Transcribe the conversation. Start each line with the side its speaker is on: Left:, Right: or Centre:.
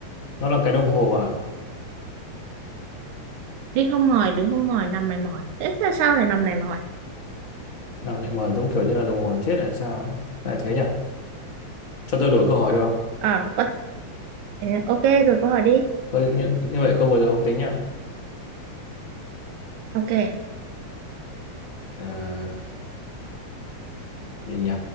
Left: nó là cái đồng hồ à
Right: đi không mỏi đứng không mỏi nằm này mỏi thế sao sao lại nằm này mỏi
Left: năm lại mời giống kiểu như là đồng hồ nó chết hay sao ấy lại thế nhỉ cho tôi đổi câu hỏi được không
Right: ờ có thể ok rồi câu hỏi đi
Left: tôi, như, như vậy câu vừa rồi không tính nhá
Right: ok
Left: à, gì nhỉ